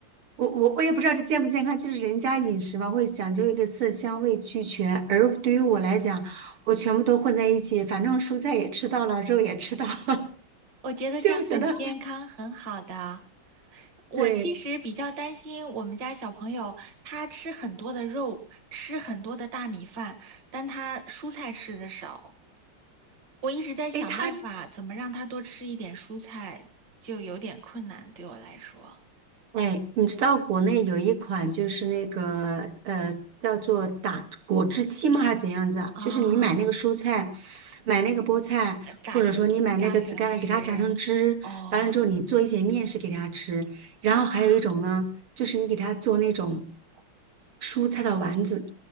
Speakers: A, on the right; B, on the right.
A: 我我我也不知道这健不健康，就是人家饮食嘛，会讲究一个色香味俱全，而对于我来讲，我全部都混在一起，反正蔬菜也吃到了，肉也吃到了，
B: 我觉得这样很健康，
A: <laughs> 就觉得
B: 很好的。我其实比较担心我们家小朋友，
A: 对。
B: 他吃很多的肉，吃很多的大米饭，但他蔬菜吃的少。我一直在想办法怎么让他多吃一点蔬菜，
A: 哎，他
B: 就有点困难对我来说。
A: 哎，你知道国内有一款就是那个呃，叫做打果汁机吗？还是怎样子啊？
B: 啊，
A: 就是你买那个蔬菜，买那个菠菜，
B: 呃榨成榨成汁，
A: 或者说你买那个紫甘蓝，给它榨成汁，
B: 哦
A: 完了之后你做一些面食给它吃。然后还有一种呢，
B: 啊，
A: 就是你给它做那种蔬菜的丸子